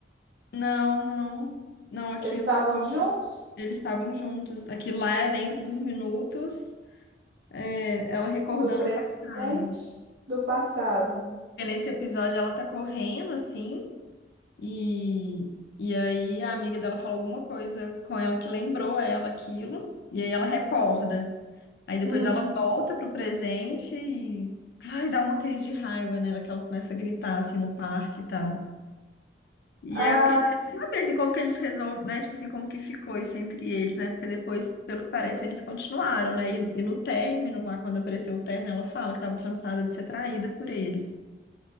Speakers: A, on the left; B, on the right.
A: Não, não. Não, aquilo
B: Eles estavam
A: foi.
B: juntos
A: Eles estavam juntos. Aquilo lá é dentro dos minutos. é, ela recordando
B: do presente,
A: o passado.
B: do passado.
A: Porque nesse episódio ela tá correndo assim e, e aí a amiga dela falou alguma coisa com ela que lembrou ela aquilo e aí ela recorda. Aí depois
B: Hum.
A: ela volta pro presente e vai dar uma crise de raiva nela que ela começa a gritar assim no parque e tal. E
B: ah
A: aí eu fiquei querendo saber assim, como que eles resolvem, né? Tipo assim, como que ficou isso entre eles, né? Porque depois, pelo que parece, eles continuaram, né? E, e no término, lá quando apareceu o término, ela fala que estava cansada de ser traída por ele.